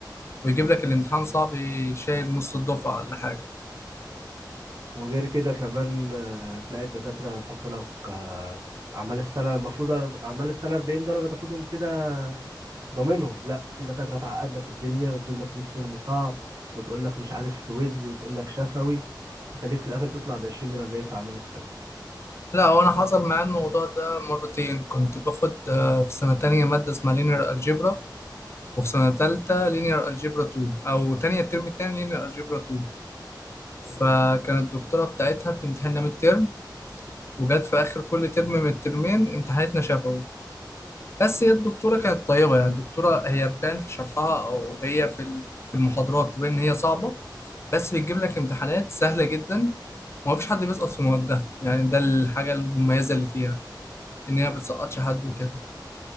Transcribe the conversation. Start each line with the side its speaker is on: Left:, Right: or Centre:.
Left: ويجيب لك الامتحان صعب يشيل نص الدفعة ولا حاجة
Right: وغير كده كمان آه، تلاقي الدكاترة هتحط لك آه، أعمال السنة المفروض أر- أعمال السنة 40 درجة تاخدهم كده ضامنهم لا في دكاترة تعقد لك الدنيا وتجيب لك ميد ترم صعب وتقول لك مش عارف كويز وتقول لك شفوي تخليك في الآخر تطلع ب 20 من 40 في أعمال السنة
Left: لا هو انا حصل معايا الموضوع ده مرتين كنت باخد آه، في سنة تانية مادة اسمها لينير الجبرا وفي سنة تالتة لينير الجبرا 2 او تانية الترم التاني لينير الجبرا 2 فكانت
Right: مم.
Left: الدكتورة بتاعتها بتمتحننا ميد ترم وجت في اخر كل ترم من الترمين امتحانتنا شفوي بس هي الدكتوره كانت طيبه يعني الدكتوره هي بان في شرحها او هي في ال- في المحاضرات تبان ان هي صعبه بس بتجيب لك امتحانات سهله جدا وما فيش حد بيسقط في موادها يعني ده الحاجه المميزه اللي فيها ان هي ما بتسقطش حد وكده